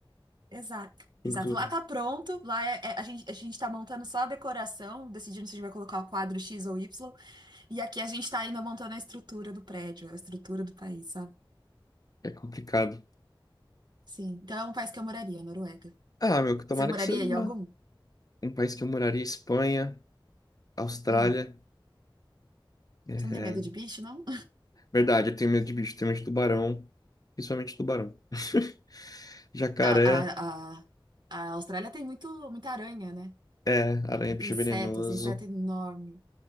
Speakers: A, on the right; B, on the left.
A: exato,
B: Cultura.
A: exato. Lá tá pronto, lá é, é- a gente, a gente tá montando só a decoração, decidindo se a gente vai colocar o quadro X ou Y, e aqui a gente tá ainda montando a estrutura do prédio, a estrutura do país, sabe?
B: É complicado.
A: Sim. Então é um país que eu moraria, Noruega.
B: Ah, meu, que tomara
A: Você moraria
B: que você vá.
A: em algum?
B: Um país que eu moraria, Espanha, Austrália.
A: Hum.
B: É,
A: Você não tem medo de bicho, não?
B: verdade, eu tenho medo de bicho, tenho medo de tubarão, principalmente tubarão. <laughs> Jacaré,
A: A, a, a, a Austrália tem muito, muita aranha, né?
B: É, aranha,
A: Muito
B: bicho
A: inseto,
B: venenoso.
A: os insetos enormes.